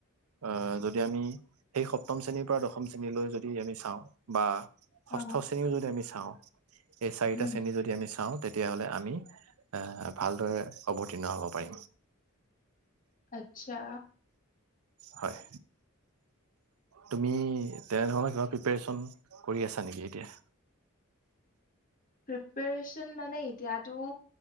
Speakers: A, on the right (about 85°); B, on the left (about 40°).
A: অহ' যদি আমি সেই সপ্তম শ্ৰেণীৰ পৰা দশম শ্ৰেণীলৈ যদি আমি চাওঁ, বা
B: অ
A: ষষ্ঠ শ্ৰেণীও যদি আমি চাওঁ। চাও। এই চাৰিটা
B: উম
A: শ্ৰেণী যদি আমি চাওঁ, তেতিয়াহলে আমি এ ভালদৰে অৱতীৰ্ণ হ'ব পাৰিম।
B: আচ্ছা।
A: হয়। তুমি ডেৰগাৱত কিবা প্ৰিপেৰেচন কৰি আছা নেকি এতিয়া?
B: প্ৰিপেৰেচন মানে এতিয়াতো,